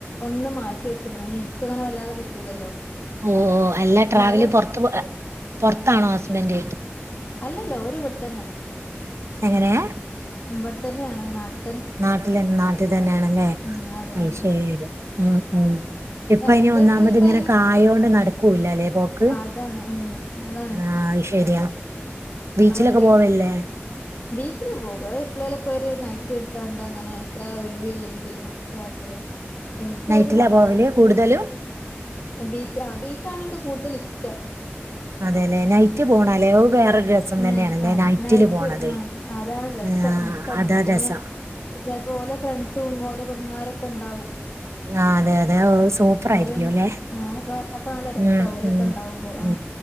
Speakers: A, on the left; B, on the right.
A: ഒന്ന് മാറ്റി വെച്ച്ക്ക്ണ് അങ്ങനെ വല്ലാതെ പറ്റൂലല്ലോ
B: ഓഹ് അല്ലാ
A: എന്നാലും
B: ട്രാവല് പുറത്ത് പുറത്താണോ ഹസ്ബൻഡ്
A: അല്ലല്ല ഓര് ഇവട്ത്തന്നെ
B: എങ്ങനെ
A: ഇവിടെ തന്നെയാണ് നാട്ട
B: നാട്ടില നാട്ടിൽ തന്നെയാണല്ലേ
A: ഉം അതെ
B: അത്
A: ആ
B: ശെരി ഉം ഉം ഇപ്പ
A: എടക്ക്
B: ഇനി ഒന്നാമത്
A: എപ്പഴേലും പ്ലാന്
B: ഇങ്ങനെ കായോണ്ട് നടക്കൂല്ലല്ലേ പോക്ക്
A: അതാണ് ഉം അതാണ്
B: ആഹ് അത് ശരിയാ ബീച്ചിലൊക്കെ
A: അതന്നെ
B: പോവല്ലേ
A: ബീച്ചില് പോകും എപ്പോഴേലൊക്കെ ഒരു നൈറ്റ് എടുത്താണ്ട് അങ്ങനെ അത്ര ഒഴിവില്ലെങ്കിലും ഇതാക്കലും ഇൻക്ക്
B: നൈറ്റിലാ
A: ഒരു സമാധാനത്തിന്
B: പോവല് കൂടുതലും
A: ബീച്ച് ആഹ് ബീച്ച് ആണ് എനിക്ക് കൂടുതൽ ഇഷ്ടം
B: അതെ അല്ലെ നൈറ്റ് പോണാലേ വേറൊരു രസം തന്നെയാണല്ലേ
A: ന ആ
B: നൈറ്റില്
A: നൈറ്റ്
B: പോണത്
A: ആഹ അതാണ് രസം
B: ആഹ്
A: ഇനക്ക് അങ്ങനെ
B: അതാ
A: പിന്നെ
B: രസം
A: ചിലപ്പോ ഓലെ ഫ്രണ്ട്സും ഓലെ പെണ്ണുൾരൊക്കെ ഉണ്ടാവും
B: ആ അതെ അതെ സൂപ്പർ
A: അത്
B: ആയിരിക്കോ
A: പിന്നെ
B: അല്ലേ
A: ആ അപ്പ അപ്പൊ നല്ല രസാ
B: ഉ
A: ഓലൊക്കെ
B: ഉ
A: ഉണ്ടാവുമ്പോ ആ
B: ഉ